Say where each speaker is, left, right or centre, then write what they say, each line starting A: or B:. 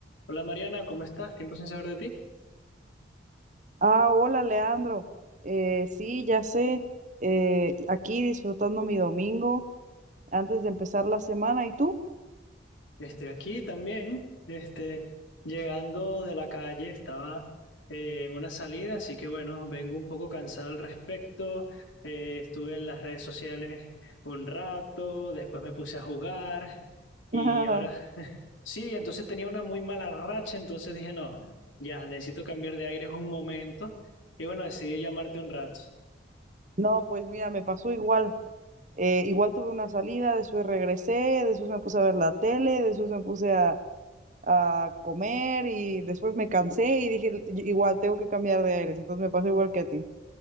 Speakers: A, on the left (about 90°); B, on the right (about 40°).
A: Hola Mariana, ¿cómo estás? Tiempo sin saber de ti.
B: Ah, hola Leandro. Eh, sí, ya sé. Eh, aquí disfrutando mi domingo antes de empezar la semana. ¿Y tú?
A: Este, aquí también, este, llegando de la calle, estaba eh, en una salida, así que bueno, vengo un poco cansado al respecto. Eh, estuve en las redes sociales un rato, después me puse a jugar y
B: <laughs>
A: ahora <laughs> sí, entonces tenía una muy mala racha, entonces dije, no, ya necesito cambiar de aire un momento y bueno, decidí llamarte un rato.
B: No, pues mira, me pasó igual. Eh, igual tuve una salida, después regresé, después me puse a ver la tele, después me puse a, a comer y después me cansé y dije, "Y- igual tengo que cambiar de aires. Entonces me pasó igual que a ti.